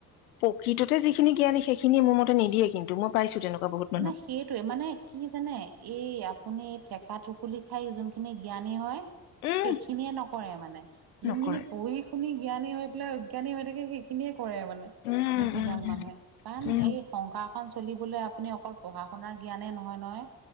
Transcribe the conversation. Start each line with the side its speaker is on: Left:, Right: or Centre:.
Left: প্ৰকৃততে যিখিনি জ্ঞানী সেইখিনিয়ে মোৰ মতে নিদিয়ে কিন্তু মই পাইছো তেনেকুৱা বহুত মানুহ
Right: ন সেইটোৱে মানে কি জানে এই আপুনি থেকা থুকুলি খাই যোনখিনি জ্ঞানী হয়
Left: উম
Right: সেইখিনিয়ে নকৰে মানে যোনখিনি
Left: নকৰে
Right: পঢ়ি শুনি জ্ঞানী হৈ পেলাই অজ্ঞানী হৈ থাকে সেইখিনিয়ে কৰে মানে
Left: উম
Right: বেছিভাগ
Left: উম
Right: মানুহে কাৰণ
Left: উম
Right: এই কংকা অ চলিবলৈ আপ আপুনি অকল পঢ়া শুনাৰ জ্ঞানে নহয় নহয়